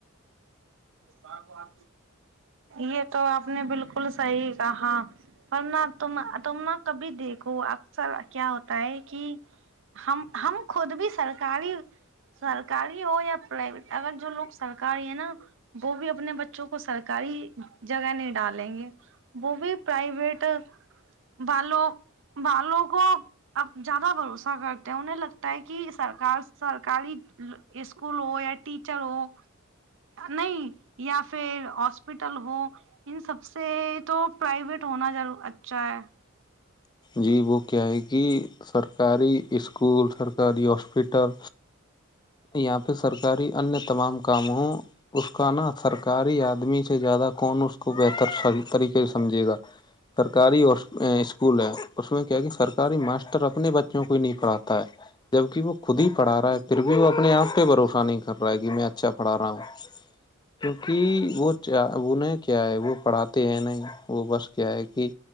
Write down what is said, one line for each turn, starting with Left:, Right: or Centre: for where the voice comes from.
Right: ب کو آ یہ تو آپ نے بالکل صحیح کہا ورنہ تم تم نہ کبھی دیکھو اکثر کیا ہوتا ہے کہ ہم ہم خود بھی سرکاری سرکاری ہو یا پرائیویٹ اگر جو لوگ سرکاری ہے نا وہ بھی اپنے بچوں کو سرکاری جگہ نہیں ڈالیں گے وہ بھی پرائیوٹ بالو بالو کو اب زیادہ بھروسہ کرتے ہیں انہیں لگتا ہے کہ سرکار سرکاری یہ اسکول ہو یا ٹیچر ہو نہیں یا پھر ہاسپٹل ہو ان سب سے تو پرائیویٹ ہونا اچھا ہے
Left: جی وہ کیا ہے کہ سرکاری اسکول سرکاری ہاسپیٹل یہاں پہ سرکاری انیہ تمام کام ہوں اس کا نا سرکاری آدمی سے زیادہ کون اس کو بہتر طریقے سے سمجھے گا سرکاری اور اسکول اسکول ہے اس میں کیا کہ سرکاری ماسٹر اپنے بچوں کو ہی نہیں پڑھاتا ہے جبک وہ خود ہی پڑھا رہا ہے پھر بھی وہ اپنے آپ پہ بوشانی نہیں کر کر رہا ہے کہ میں اچھا پڑھا رہا ہوں کیونکہ وہ وہ نہیں کیا ہے وہ پڑھاتے ہیں نہیں وہ بس کیا ہے کہ